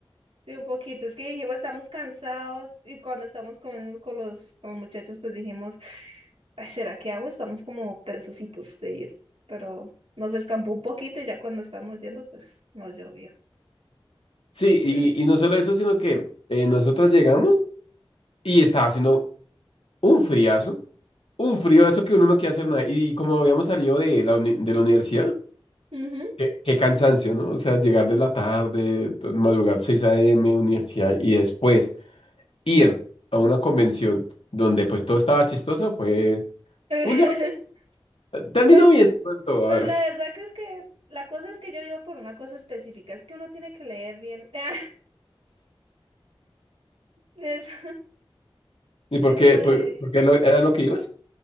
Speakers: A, on the right; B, on the left.
A: Sí, un poquito, es que dijimos, estamos cansados y cuando estamos con, con los, con los muchachos, pues dijimos, "Ay, ¿será que hago? Estamos como perezositos de ir, pero nos escampó un poquito y ya cuando estábamos yendo, pues no llovía.
B: Sí, y,
A: Entonces,
B: y no solo eso, sino que eh, nosotros llegamos y estaba haciendo un friazo, un frío, eso que uno no quiere hacer nada. Y como habíamos salido de la, uni- de la universidad,
A: ujú.
B: qué, qué cansancio, ¿no? O sea, llegar de la tarde, to- madrugar 6 a.m., universidad, y después ir a una convención donde pues todo estaba chistoso, fue,
A: <laughs>
B: fue un día. Terminó
A: Pues,
B: bien de pronto,
A: pues
B: a ver.
A: la verdad que es que la cosa es que yo iba por una cosa específica, es que uno tiene que leer bien <laughs> eso,
B: ¿Y por
A: eso
B: qué?
A: de
B: ¿Por, por qué lo- era lo que ibas?